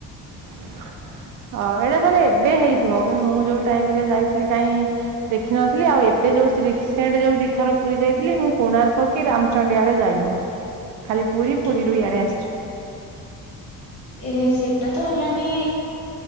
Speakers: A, on the right; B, on the left.
A: ହ ଏଇଟା ତାହାଲେ ଏବେ ହେଇଥିବ କାରଣ ମୁଁ ଯୋଉ ଟାଇମ ରେ ଯାଇଥିଲି କାଇଁ ଦେଖିନଥିଲି ଆଉ ଏବେ ଯୋଉ ସି ରିସେଣ୍ଟ ଯୋଉ ଦିଥର ପୁରୀ ଯାଇଥିଲି ମୁଁ କୋଣାର୍କ କି ରାମଚଣ୍ଡୀ ଆଡେ ଯାଇନି। ଖାଲି ପୁରୀ ପୁରୀରୁ
B: ଓହୋ।
A: ଇଆଡେ ଆସିଛୁ।
B: ଏହେ ସେଟା ତ ହେଲାନି